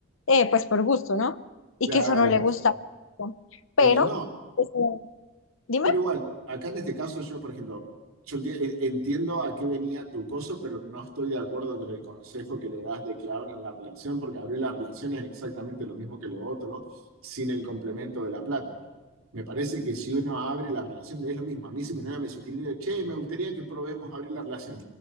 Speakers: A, on the left; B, on the right.
A: eh, pues por gusto, ¿no? Y
B: Claro.
A: que eso no le gustaba. Pero,
B: Y no,
A: pues, eh, dime.
B: Pero igual, acá en este caso yo, por ejemplo, yo enti- en- entiendo a qué venía tu coso, pero no estoy de acuerdo con el consejo que le das de que abran la relación, porque abrir la relación es exactamente lo mismo que lo otro, sin el complemento de la plata. Me parece que si uno abre la relación, no es lo mismo. A mí si me nada me sugiere, che, me gustaría que probemos abrir la relación.